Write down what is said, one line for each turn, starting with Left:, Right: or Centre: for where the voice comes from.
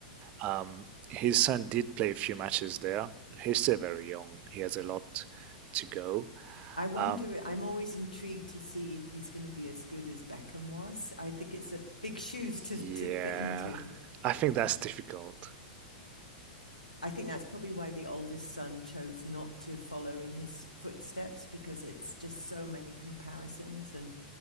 Right: Um, his son did play a few matches there. He's still very young. He has a lot to go.
Left: I wonder,
Right: Um,
Left: I'm always intrigued to see if he's going to be as good as Beckham was. I think it's a big shoes to
Right: yeah,
Left: to fit into.
Right: I think that's difficult.
Left: I think that's probably why the oldest son chose not to follow in his footsteps because it's just so many comparisons and